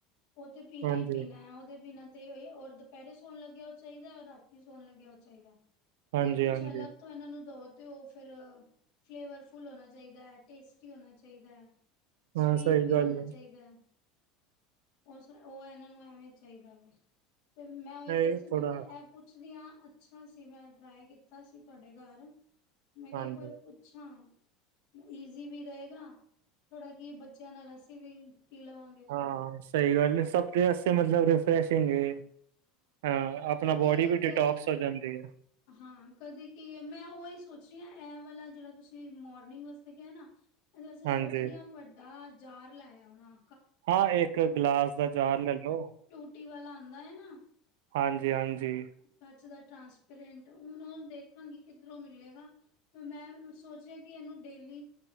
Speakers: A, on the left; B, on the right.
A: ਉਹ ਤੇ ਪੀਣਾ
B: ਹਾਂਜੀ
A: ਹੀ ਪੀਣਾ ਹੈ ਉਹਦੇ ਬਿਨਾਂ ਤੇ ਓਈ ਔਰ ਦੁਪਹਿਰੇ ਸੋਣ ਲੱਗਿਆ ਉਹ ਚਾਹੀਦਾ, ਔ ਰਾਤੀ ਸੋਣ ਲੱਗਿਆ ਉਹ ਚਾਹੀਦਾ ਐ।
B: ਹਾਂਜੀ
A: ਅ ਕੁਛ
B: ਹਾਂਜੀ
A: ਅਲੱਗ ਤੋਂ ਇਹਨਾਂ ਨੂੰ ਦਵੋ ਤੇ ਓਹ ਫਿਰ ਫਲੇਵਰ ਫੁਲ ਹੋਣਾ ਚਾਹੀਦਾ, ਟੇਸਟੀ ਹੋਣਾ ਚਾਹੀਦਾ,
B: ਹਾਂ
A: ਸਵੀਟ
B: ਸਹੀ
A: ਵੀ
B: ਗੱਲ
A: ਹੋਣਾ
B: ਹੈ
A: ਚਾਹੀਦਾ। ਉਸ, ਉਹ ਇਹਨਾਂ ਨੂੰ ਐਵੇਂ ਚਾਹੀਦਾ ਵੇ, ਤੇ ਮੈਂ ਉਹੀ
B: ਨਹੀਂ
A: ਕਹਿ ਰਹੀ ਸੀ ਮੈਂ
B: ਥੋੜਾ
A: ਕਿਹਾ ਐ ਪੁੱਛਦੀ ਆ, ਅੱਛਾ ਸੀ, ਮੈਂ ਟਰਾਈ ਕੀਤਾ ਸੀ ਤੁਹਾਡੇ ਘਰ, ਮੈਂ ਕਿਹਾ
B: ਹਾਂਜੀ
A: ਇੱਕ ਵਾਰ ਪੁੱਛਾ। ਈਜ਼ੀ ਵੀ ਰਹੇਗਾ, ਥੋੜਾ ਕੀ ਬੱਚਿਆਂ ਨਾਲ ਅਸੀਂ ਵੀ ਪੀ ਲਵਾਂਗੇ।
B: ਹਾਂ ਸਹੀ ਗੱਲ ਏ, ਸਭਦੇ ਵਾਸਤੇ ਮਤਲਬ ਰਿਫੈਰਸ਼ਿੰਗ ਏ। ਹਾਂ, ਆਪਣਾ
A: ਤੇ ਕੀ
B: ਬੋਡੀ
A: ਹੈ
B: ਵੀ ਡਿਟੋਕਸ
A: ਕਦੇ
B: ਹੋ ਜਾਂਦੀ ਐ।
A: ਹਾਂ ਕਦੇ ਕੀ ਹੈ, ਮੈਂ ਉਹੀ ਸੋਚ ਰਹੀ ਹਾਂ ਐ ਵਾਲਾ ਜਿਹੜਾ ਤੁਸੀਂ ਮੋਰਨਿੰਗ ਵਾਸਤੇ ਕਿਹਾ ਐ ਨਾ। ਇਹਦੇ ਵਾਸਤੇ
B: ਹਾਂਜੀ
A: ਸੋਚ ਰਹੀ ਹਾਂ ਵੱਡਾ ਜਾਰ ਲੈ ਆਵਾ।
B: ਆ ਇੱਕ ਗਲਾਸ ਦਾ ਜਾਰ ਲੈ ਲੋ।
A: ਟੂਟੀ ਵਾਲਾ ਆਂਦਾ ਏ ਨਾ।
B: ਹਾਂਜੀ-ਹਾਂਜੀ।
A: ਕੱਚ ਦਾ ਟਰਾਂਸਪੇਰੈਂਟ ਹੁਣ ਉਹ ਦੇਖਾਂਗੀ ਕਿੱਧਰੋ ਮਿਲੇਗਾ। ਫੇਰ ਮੈਂ ਸੋਚ ਰਹੀ ਆ ਕਿ ਇਹਨੂੰ ਡੇਲੀ